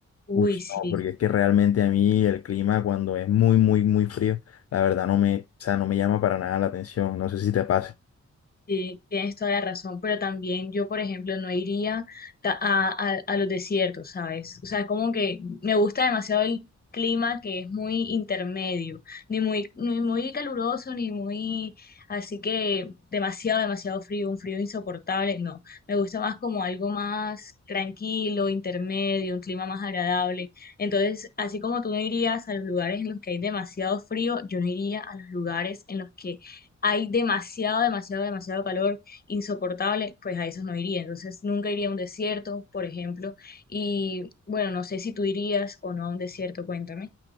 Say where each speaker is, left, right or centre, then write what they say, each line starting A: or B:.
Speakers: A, on the left; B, on the left.
A: Uy,
B: Uy,
A: sí.
B: no, porque es que realmente a mí el clima cuando es muy, muy, muy frío, la verdad no me, o sea, no me llama para nada la atención, no sé si te pasa.
A: Sí, tienes toda la razón, pero también yo, por ejemplo, no iría ta- a, a- a los desiertos, ¿sabes? O sea, es como que me gusta demasiado el clima que es muy intermedio, ni muy, ni muy caluroso, ni muy, así que demasiado, demasiado frío, un frío insoportable, no. Me gusta más como algo más tranquilo, intermedio, un clima más agradable. Entonces, así como tú no irías a los lugares en los que hay demasiado frío, yo no iría a los lugares en los que hay demasiado, demasiado, demasiado calor insoportable, pues a esos no iría. Entonces nunca iría a un desierto, por ejemplo. Y bueno, no sé si tú irías o no a un desierto, cuéntame.